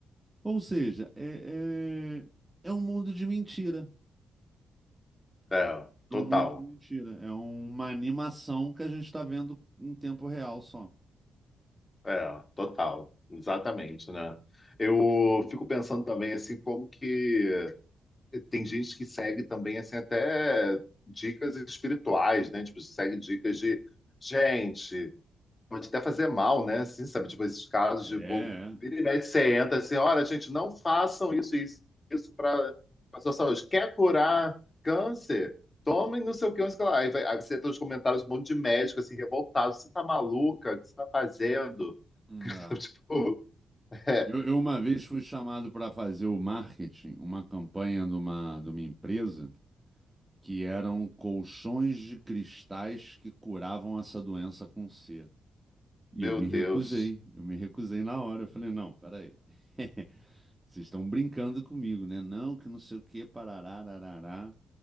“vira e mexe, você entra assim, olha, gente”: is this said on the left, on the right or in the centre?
Left